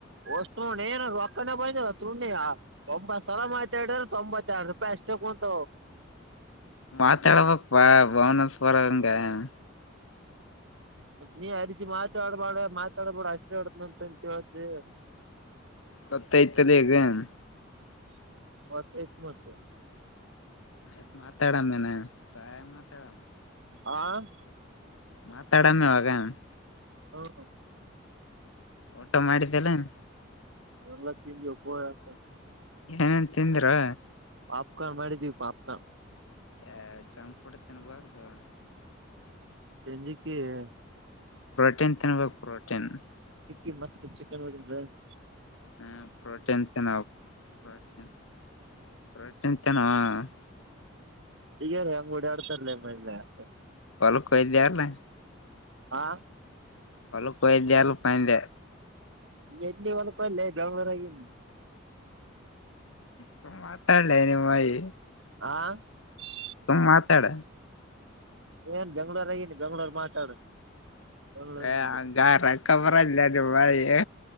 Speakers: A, on the right; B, on the left.
A: ಅಷ್ಟ ನ ಏನ ರಕ್ಕನೇ ಬಂದ ತಣಿ ಒಂಬತ್ ಸಲ ಮಾತಾಡಿದ್ರ ತೊಂಬತ್ತ್ತ ಎರಡು ರೂಪಾಯಿ ಅಷ್ಟೇ <inaudible> ಹವತ
B: ಮಾತಾಡ್ಬೇಕಪ್ಪಾ ಭುವನೇಶ್ವರಂಗ <inaudible>
A: ಮತ್ತತ್ ನೀ ಅರಿಸಿ ಮಾತಾಡ್ಬೇಡ ಮಾತಾಡ್ಬಾರಡ ಅಷ್ಟೇ ಆಡತನಂತಂತ ಹೇಳಿದಿ <inaudible>
B: ಗತ್ತ ಇತಲ್ಲಿಗ <inaudible>
A: ಹತ್ತ ಇತ್ ಮಚ <inaudible>
B: ಆಯ್ತ್ು ಮಾತಾಡಮ್ಮೇನಾಯ ಮಾತಾಡಮ್ಮ <inaudible>
A: ಆಾ <inaudible>
B: ಮಾತಾಡಮ್ಮ ಅವಾಗ <unintelligible> <inaudible>
A: ಹಾ ಹ <inaudible>
B: ಊಟ ಮಾಡಿದ್ದಲ್ಲ <inaudible>
A: ಅಲ್ಲತ್ತಗೋ ಪಪ್ಪ <inaudible>
B: ಏನೇನ್ ತಿಂದ್ರ <inaudible>
A: ಪಾಪ್ಕಾರ್ನ್ ಮಾಡಿದೀವಿ ಪಾಪ್ಕಾರ್ನ್ <inaudible>
B: ಆ ಜಂಕ್ಫುಡ್ತ ವಾರದ <inaudible>
A: ಸಂಜಿಿಕ <inaudible>
B: ಪ್ರೋಟೀನ್ ತಿನ್ಬೇಕ ಪ್ರೋಟೀನ್ <inaudible>
A: ಿ ಮತ್ತೆ ಚಿಕನ್ ಹೋಗ <inaudible>
B: ಹ್ಮ ಪ್ರೋಟೀನ್ ಚ ನ ಪ್ರಟನ್ ಪ್ರ <inaudible> ತನವಾ <inaudible>
A: ಹಗಾರೀ ಹಂಗ್ ಓಡ ಆಡ್ತರ್ಲ ಮಲೆ <inaudible>
B: ಹೊಲಕ್ಕ ಹೋಗಿದ್ಯಲ್ಲ
A: ಆ
B: ಹೊಲಕ್ಕ ಹೋಗಿದ್ದೆ ಅಲ್ಲ ಪಾ ಅಂದೆ
A: ಪ್ಚ್ ಎಲ್ಲಿ ಹೊಲಕ್ಕ ಅಲ್ಲೇ ಬೆಗುರಾಗ ಇದ್ನಿ
B: ಹ್ಹ ಮಾತಾಡ್ಲೆ ನಿಮ್ಮಯಿ
A: ಆ ಕಿಯ್
B: ಸುಮ್ಮ್ ಮಾತಾಡ
A: ಏನ್ ಬೆಂಗ್ಳೂರ್ಗನಿದ್ದಿ ಬೆಂಗ್ಳೂರಾಗ ಮಾತಾಡು ಬೆಂಗ್ಳೂರ್
B: ಏ
A: ಬಗ್ಗೆ
B: ಹಂಗಾರಕ್ಕಾಬರೋನ ಲೆ ನಿಮ್ಮ ನಿಂಬಾಯಿ